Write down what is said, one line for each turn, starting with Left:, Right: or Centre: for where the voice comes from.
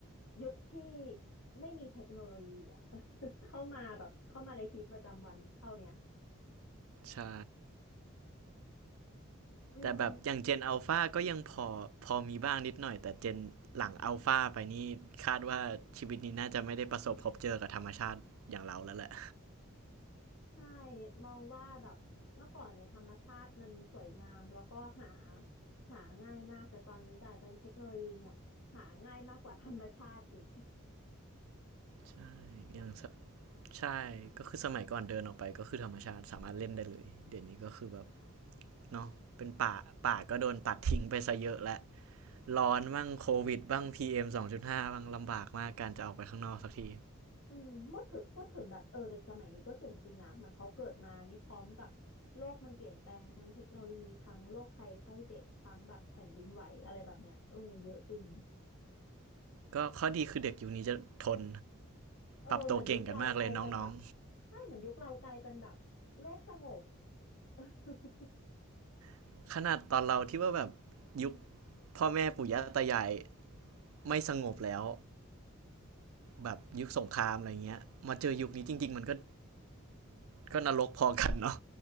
Left: ยุคที่ไม่มีเทคโนโลยีอ่ะ <laughs> เข้ามาแบบเข้ามาในชีวิตประจำวันเท่าเนี้ย
Right: ใช่
Left: อืม
Right: แต่แบบอย่างเจนอัลฟาก็ยังพอพอมีบ้างนิดหน่อยแต่เจนหลังอัลฟาไปนี่คาดว่าชีวิตนี้น่าจะไม่ได้ประสบพบเจอกับธรรมชาติอย่างเราแล้วแหละ
Left: ใช่มองว่าแบบเมื่อก่อนเนี่ยธรรมชาติมันสวยงามแล้วก็หาหาง่ายมากแต่ตอนนี้กลายเป็นเทคโนโลยีเนี่ยหาง่ายมากกว่าธรรมชาติอีก <laughs>
Right: ใช่ยังใช่ก็คือสมัยก่อนเดินออกไปก็คือธรรมชาติสามารถเล่นได้เลยเดี๋ยวนี้ก็คือแบบ เนาะเป็นป่า ป่าก็โดนตัดทิ้งไปซะเยอะและ ร้อนบ้างโควิดบ้าง PM 2.5บ้างลำบากมากการจะออกไปข้างนอกสักที
Left: อืมพูดถึงพูดถึงแบบเออเด็กสมัยนี้ก็เก่งจริงนะมันเขาเกิดมานี่พร้อมกับโลกมันเปลี่ยนแปลงทั้งเทคโนโลยีทั้งโรคภัยไข้เจ็บทั้งแบบแผ่นดินไหวอะไรแบบเนี้ยเออเยอะจริง
Right: ก็ข้อดีคือเด็กยุคนี้จะทน
Left: เออเหมือนยุคเรากลายเป็นแบบ
Right: ปรับตัวเก่งกันมากเลยน้อง
Left: ใช่เหมือนยุคเรากลายเป็นแบบโลกสงบ <laughs>
Right: ๆขนาดตอนเราที่ว่าแบบยุคพ่อแม่ปู่ย่าตายายไม่สงบแล้วแบบยุคสงครามอะไรเงี้ย มาเจอยุคนี้จริงๆมันก็ก็นรกพอกันเนาะ